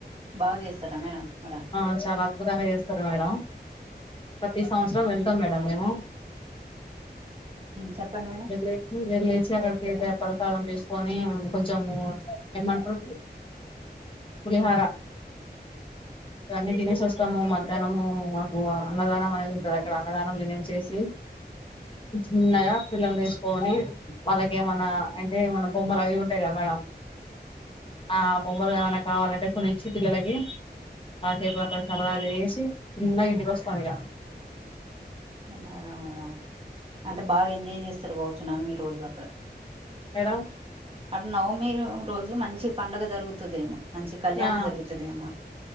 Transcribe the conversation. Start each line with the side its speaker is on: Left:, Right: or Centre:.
Right: బాగా చేస్తారా మేడం అక్కడ
Left: ఆ చాల అద్భుతంగా చేస్తారు మేడం ప్రతి సంవత్సరం వెళ్తాం మేడం మేము
Right: చెప్పండి మేడం
Left: వె వెళ్ళేసి అక్కడ <unintelligible> ప్రసాదం తీసుకొని కొంచెము ఏమ్మంటారు పులిహార ఇవన్నీ తినేసి
Right: చెప్
Left: వస్త మధ్యాహ్నము మాకు అన్నదానం అనేది ఉంటది అక్కడ అన్నదానం ద చేసి చిన్నగా పిల్లలు తీసుకని వాళ్ళకేమన్నా ఏమనా బొమ్మలు అవి ఉంటాయి కదా మేడం ఆ బొమ్మలు కావాలంటే కావాలంటే కొనిచ్చి పిల్లలకి కాసేపు సర్వదిరిసి చిన్న గా ఇంటికి వస్తా మిగ
Right: అలాగా మేడం అంటే బాగా ఎంజాయ్ చేస్తారు కావచ్చు మీరు ఈ రోజు అక్కడ
Left: మేడం
Right: అ నవమి రోజు మంచి పండుగ జరుగుతుందేమో మంచి కళ్యాణం
Left: ఆ
Right: జరుగుతుదేమొ